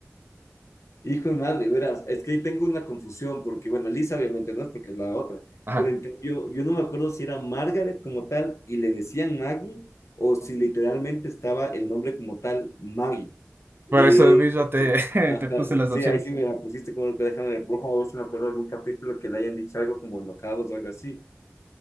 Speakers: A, on the left; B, on the right.
A: Hijo de madre, verás, es que ahí tengo una confusión, porque bueno, Lisa obviamente no es porque es la otra,
B: Ajá,
A: pero en cambio, yo no me acuerdo si era Margaret como tal y le decían Maggie, o si literalmente estaba el nombre como tal Maggie.
B: por
A: Eh,
B: eso mismo te,
A: Ajá,
B: <laughs> te puse las
A: sí,
B: opciones.
A: ahí sí me la pusiste como que déjame, rojo, si me acuerdo de algún capítulo que le hayan dicho algo como enojados o algo así.